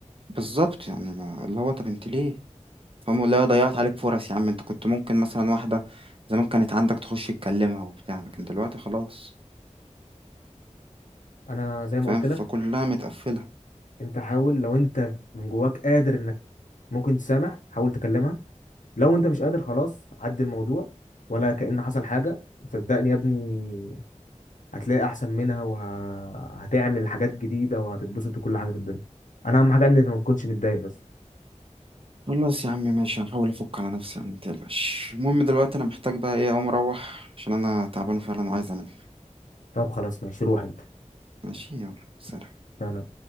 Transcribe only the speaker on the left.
انا زي ما
قلت
لك
انت حاول لو انت من جواك قادر انك ممكن تسامح حاول تكلمها لو انت مش قادر خلاص عدي الموضوع ولا كأن حصل حاجه صدقني يا ابني هتلاقي احسن منها وهتعمل حاجات جديده وهتتبسط وكل حاجه في الدنيا انا اهم حاجه انك ما تكونش متضايق بس
طب خلاص ماشي روح انت
سلام